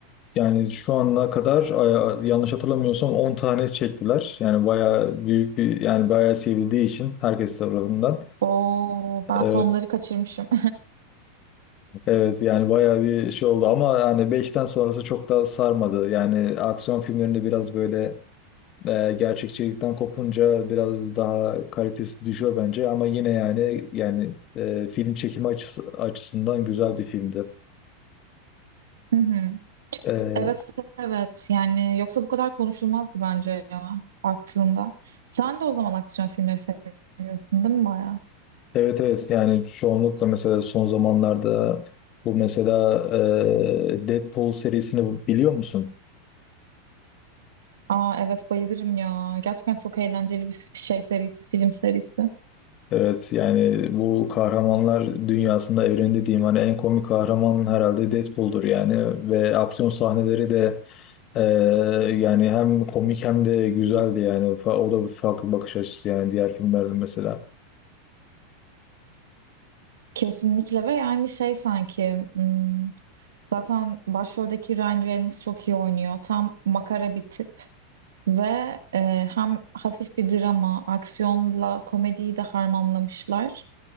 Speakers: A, on the left (about 40°); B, on the right (about 80°).
A: yani şu ana kadar a- yanlış hatırlamıyorsam 10 tane çektiler. Yani bayağı büyük bir yani bayağı sevildiği için herkes tarafından.
B: Oo ben
A: Ee,
B: sonları kaçırmışım.
A: Evet yani bayağı bir şey oldu ama yani beşten sonrası çok da sarmadı. Yani aksiyon filmlerinde biraz böyle e, gerçekçilikten kopunca biraz daha kalitesi düşüyor bence ama yine yani yani e, film çekimi açısı, açısından güzel bir filmdi.
B: <laughs> Hı hı.
A: E,
B: Evet evet yani yoksa bu kadar konuşulmazdı bence ya baktığında. Sen de o zaman aksiyon filmleri seyrettin değil mi bayağı?
A: evet evet yani çoğunlukla mesela son zamanlarda bu mesela e, Deadpool serisini biliyor musun?
B: Aa evet bayılırım ya. Gerçekten çok eğlenceli bir f- şey serisi, film serisi.
A: Evet yani bu kahramanlar dünyasında evreni diyeyim hani en komik kahraman herhalde Deadpool'dur yani ve aksiyon sahneleri de e, yani hem komik hem de güzeldi yani Fa- o da bir farklı bakış açısı yani diğer filmlerden mesela.
B: Kesinlikle ve yani şey sanki hmm, zaten başroldeki Ryan Reynolds çok iyi oynuyor. Tam makara bir tip ve e, hem hafif bir drama, aksiyonla komediyi de harmanlamışlar.